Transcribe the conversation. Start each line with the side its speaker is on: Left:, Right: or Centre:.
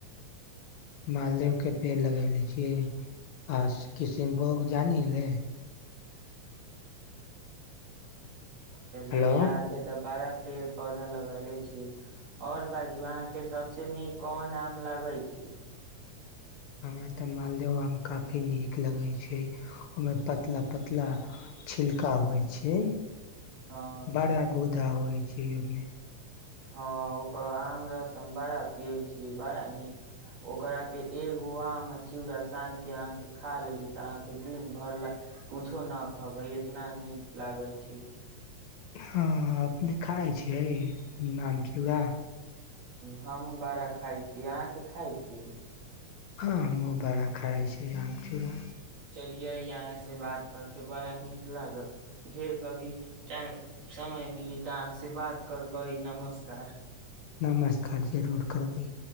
Left: मालदेहोके पेड़ लगेले छिइ आ किसिनभोग जानी हीले।
Right: चलिए
Left: हेलो
Right: अहाँ। से त बरा पेड़- पौधा लगैले छीय। और बाजू, अहाँ के सबसे नीक कोन आम लागै छी?
Left: हमरा त मालदेहो आम काफी नीक लगै छै। ओइमे पतला -पतला छिलका होइ छै।
Right: हँ
Left: बाड़ा गुदा होइ छै, ओमे।
Right: हँ, ओकर आम रस हम बाड़ा पियै छी, बाड़ा नीक। ओकरा के एगो आम आ चिउरा सान के अहाँके खा लेबै त, अहाँके दिन भर ले कुछो न खबै, इतना नीक लागै छै।
Left: हँ अपने खाइ छियै, आम चूरा।
Right: हमहुं बड़ा खाइ छी, अहाँके खाइ छी?
Left: हँ हमूँ बड़ा खाइ छी, आम चूरा।
Right: चलियै अहाँ से बात करके बड़ा नीक लागल, फेर कभी टाइ। समय मिली त अहाँ से बात करबै, नमस्कार!
Left: नमस्कार! जरूर करबै।